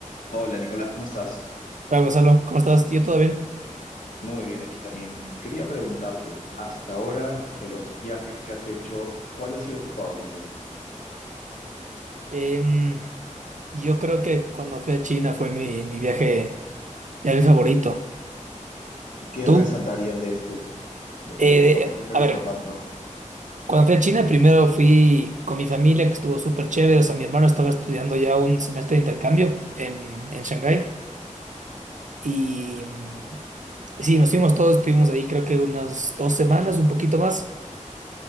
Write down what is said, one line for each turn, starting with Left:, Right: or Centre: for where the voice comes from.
Left: Hola Nicolás, ¿cómo estás?
Right: Hola Gonzalo, ¿cómo estás? ¿Yo todo bien?
Left: Muy bien, aquí también. Quería preguntarte, hasta ahora de los viajes que has hecho, ¿cuál ha sido tu favorito?
Right: Em, yo creo que cuando fui a China fue mi, mi viaje, viaje favorito.
Left: ¿Qué
Right: ¿Tú?
Left: resaltarías de este, de
Right: Eh,
Left: tu viaje?
Right: de-
Left: O sea, ¿por qué te
Right: a
Left: gustó
Right: ver,
Left: tanto?
Right: cuando fui a China primero fui con mi familia, que estuvo súper chévere. O sea, mi hermano estaba estudiando ya un semestre de intercambio en, en Shanghái. Y mm, sí, nos fuimos todos, estuvimos ahí creo que unas dos semanas, un poquito más.